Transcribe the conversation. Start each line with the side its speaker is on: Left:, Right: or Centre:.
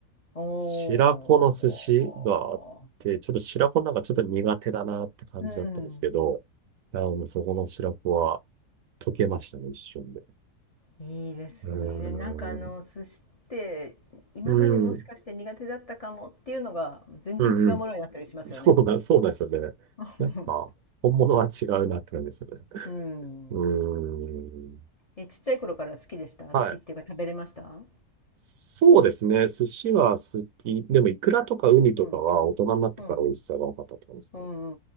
Left: おお
Right: 白子の寿司があって、ちょっと白子なんかちょっと苦手だなって感じだったんですけど、
Left: うん。
Right: あの、そこの白子は溶けましたね、一瞬で。
Left: いいですね。
Right: うー
Left: でなんかあの寿司って今までもしかして苦手だったかもっていうのが全然違うものになったりしますよね。
Right: ん。うん。うんうん。<laughs> そうだ、そうなんですよね。
Left: <laughs>
Right: やっぱ、本物は違うなって感じですよね。
Left: うん。
Right: うーん。
Left: え、ちっちゃい頃から好きでした好きっていうか食べれました
Right: はい。そうですね。寿司は好き。でも、イクラとかウニとかは大人になってから美味しさが分かったって感じですね。
Left: うん。うん。うんうんうんう